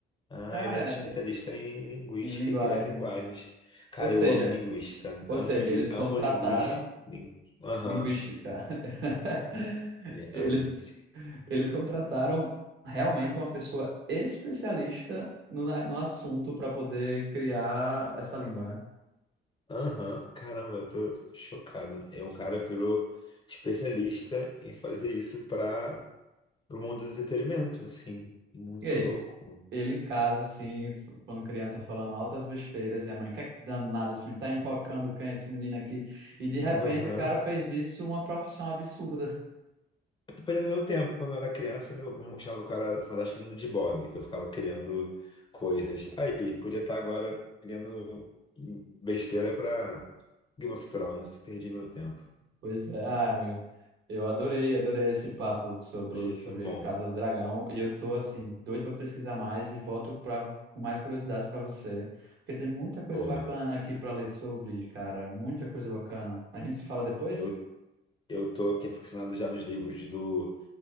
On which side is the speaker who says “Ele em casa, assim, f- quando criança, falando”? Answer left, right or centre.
Right